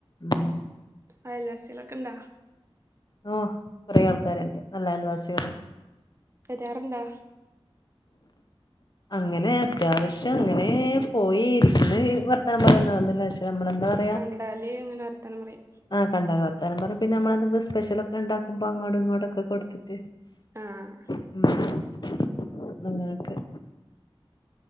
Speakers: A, on the left; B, on the right.
A: ഉം
B: അയൽവാസികളൊക്കെ ഇണ്ടോ?
A: ഓഹ് കൊറേ ആൾക്കാരുണ്ട് നല്ല അയൽവാസികള്.
B: വരാറുണ്ടാ
A: അങ്ങനെ അത്യാവശ്യം അങ്ങനെ പോയി ഇരിക്കുന്നു വർത്തനം പറന്നുന്നില്ല പക്ഷെ നമ്മളെന്താ പറയ
B: കണ്ടാലേ അങ്ങനെ വർത്താനം പറയായും
A: ആഹ് കണ്ടാല് വർത്താനം പറയും പിന്നെ നമ്മളെ സ്പെഷലൊക്കെ ഉണ്ടാക്കുമ്പോ അങ്ങോട്ടു ഇങ്ങോട്ടൊക്കെ കൊടുത്തിട്ട്
B: ആഹ്
A: ഉം <unintelligible>